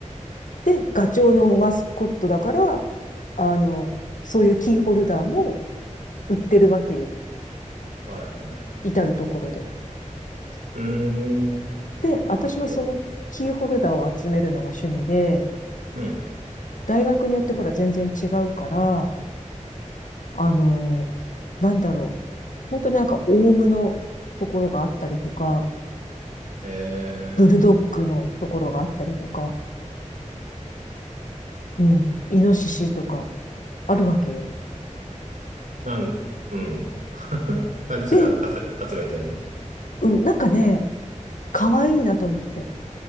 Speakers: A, on the left; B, on the right.
A: で、ガチョウのマスコットだから、あの、そういうキーホルダーも売ってるわけよ。
B: はいはいはい。
A: 至るところで。
B: うーん。
A: で、私はそのキーホルダーを集めるのが趣味で、
B: なるほど。うん。
A: 大学によってほら全然違うから、あの、なんだろう。本当になんかオウムのところがあったりとか、
B: え
A: ブルドッグのところがあったりとか、
B: ー、
A: うん、イノシシとかあるわけよ。
B: なん、うん。<laughs> なんでそれあ集集めてんの
A: で、うん、なんかね、可愛いなと思って。